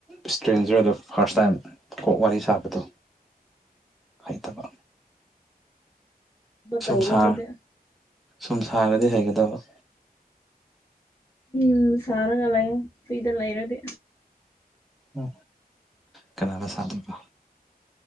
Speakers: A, in the centre; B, on the left.
A: ꯏꯁꯇ꯭ꯔꯦꯡꯖꯔꯗꯣ ꯐꯥꯔꯁ ꯇꯥꯏꯝ ꯀꯣꯛ ꯋꯥꯔꯤ ꯁꯥꯕꯗꯣ ꯍꯩꯇꯕ
B: ꯇꯧꯔꯣ
A: ꯁꯨꯝ ꯁꯥꯔ
B: ꯑꯗꯨꯗꯤ
A: ꯁꯨꯝ ꯁꯥꯔꯒꯗꯤ ꯍꯩꯒꯗꯕ
B: ꯎꯝ ꯁꯔꯥꯒ ꯂꯩ ꯐꯤꯗ ꯂꯩꯔꯗꯤ
A: ꯎ ꯀꯅꯥꯅ ꯁꯥꯗꯣꯏꯕꯣ